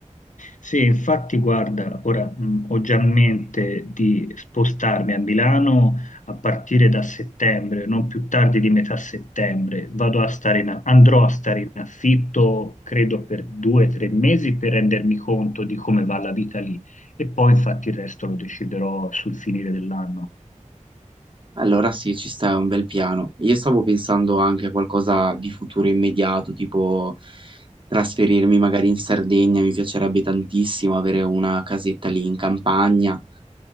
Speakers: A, on the left; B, on the right.
A: Sì, infatti, guarda, ora mh, ho già in mente di spostarmi a Milano a partire da settembre, non più tardi di metà settembre. Vado a stare in, andrò a stare in affitto, credo, per due o tre mesi per rendermi conto di come va la vita lì. E poi, infatti, il resto lo deciderò sul finire dell'anno.
B: Allora sì, ci sta è un bel piano. Io stavo pensando anche a qualcosa di futuro immediato, tipo trasferirmi magari in Sardegna, mi piacerebbe tantissimo avere una casetta lì in campagna,